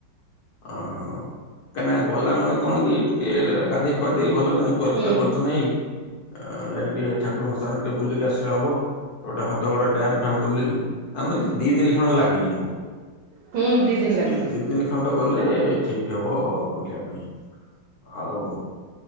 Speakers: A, on the left; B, on the right.
A: ଓହୋ କାହିଁକି ନା ଗଲା ମାନେ କଣ କି ଟିକେ ଗାଧେଇ ପାଧେଇ ଭଲ କିଣ ପରିଷ୍କାର
B: ହୁଁ
A: ପରିଛନ୍ନ ହେଇ ଅ ଯାଇ ଟିକେ ଠାକୁରଙ୍କ ସ୍ଥାନ ଟିକେ ବୁଲିକି ଆସିଲେ ହବ। ଗୋଟେ ହଦଗଡ ଡ୍ୟମ୍ ଫ୍ୟାମ ବୁଲିକି ତାମାନେ ଦି ଦିନି ଖଣ୍ଡେ ଲାଗିଯିବ।
B: ହୁଁ ଦି ଦିନ ଲାଗିବ
A: ଏ ଦି ଦିନି ଖଣ୍ଡ ଗଲେ ଠିକ୍ ହବ ବୁଲିବା ପାଇଁ। ଆଉ